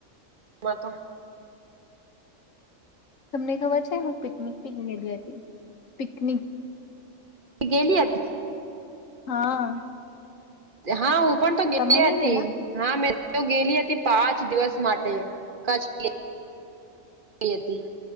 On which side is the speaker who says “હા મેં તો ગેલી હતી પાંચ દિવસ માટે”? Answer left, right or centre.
Right